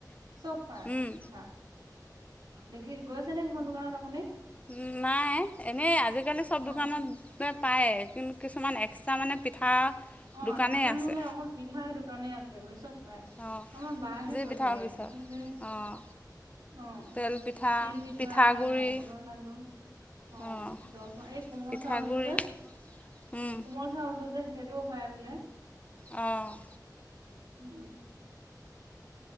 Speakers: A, on the right (about 75°); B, on the left (about 20°).
A: চব পাই
B: উম,
A: পিঠা। দেখি গৈছে ন সিখন দোকানত আপুনি?
B: উ নাই এনেই আজিকালি চব
A: অ
B: দোকানত পায়। কি কিছুমান এক্সট্ৰা মানে পিঠা
A: অ'
B: দোকানেই
A: এখন
B: আছে
A: বোলে অকল পিঠাই দোকানে আছে বোলে চব পাই
B: অঁ
A: আমাৰ বহে
B: যি
A: কৈ
B: পিঠা
A: থাকে
B: বিচাৰে
A: কৈছে।
B: অঁ
A: অ',
B: তেল পিঠা
A: তিল পিঠা,
B: পিঠাগুড়ি
A: নাৰিকলৰ লাডু অ',
B: অঁ
A: জলপাওঁ এই কোমৰ
B: পিঠাগুড়ি
A: চাউলটো যে
B: উম,
A: কোমল চাউলটো যে সেইটো পাই বোলে।
B: অ'।
A: উম